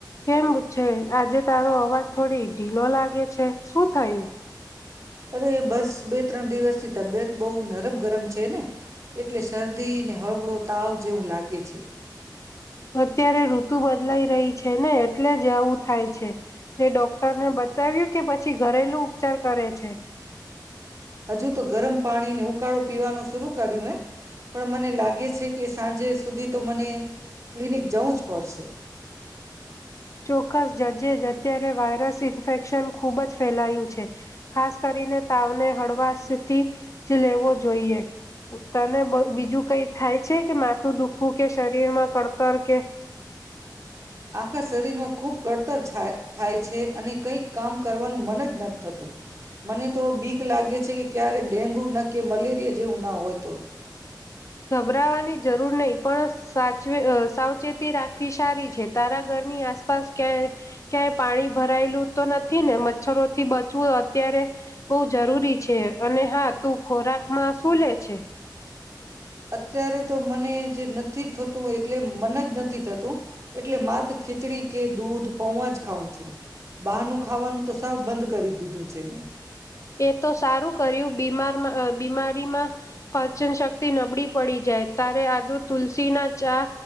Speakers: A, on the left; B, on the right.
A: કેમ છે આજે તારો અવાજ થોડી ઢીલો લાગે છે શું થયું?
B: અરે બસ બે ત્રણ દિવસ થી તબિયત બહુ નરમ ગરમ છે ને એટલે શરદી ને હળવળો તાવ જેવું લાગે છે.
A: અત્યારે ઋતુ બદલાઈ રહી છે ને એટલે જ આવું થાય છે તે ડોક્ટરને બતાવ્યું કે પછી ઘરેલું ઉપચાર કરે છે.
B: હજુ તો ગરમ પાણીને ઉકાળું પીવાનું શરૂ કર્યું હે પણ મને લાગે છે કે સાંજે સુધી તો મને ક્લિનિક જવું જ પડશે.
A: ચોક્કસ જજે જ અત્યારે વાયરસ ઇન્ફેક્શન ખૂબ જ ફેલાયું છે ખાસ કરીને તાવને હળવાશ થી જ લેવો જોઈએ તને બીજું કઈ થાય છે કે માથું દુખવું કે શરીરમાં કડતર કે
B: આખા શરીરમાં ખૂબ કડતર છાય થાય છે અને કંઈક કામ કરવાનું મન જ ન થતું મને તો બીક લાગે છે કે ક્યારે ડેન્ગુ ન કે મલેરિયા જેવું ના હોય તો
A: ગભરાવાની જરૂર નહી પણ સાચવે સાવચેતી રાખવી સારી છે તારા ઘરની આસપાસ ક્યાંય ક્યાંય પાણી ભરાયેલું તો નથી ને મચ્છરોથી બચવું અત્યારે બહુ જરૂરી છે અને હા તું ખોરાકમાં શું લે છે?
B: અત્યારે તો મને જે નથી થતું એટલે મન જ નથી થતું. એટલે માત ખીચડી કે દૂધ પોવા જ ખઉં છું બહારનું ખાવાનું તો સાવ બંધ કરી દીધું છે મેં.
A: એ તો સારું કર્યું બીમાર બીમાર બીમારીમાં પાચન શક્તિ નબળી પડી જાય તારે આદુ તુલસી ના ચા.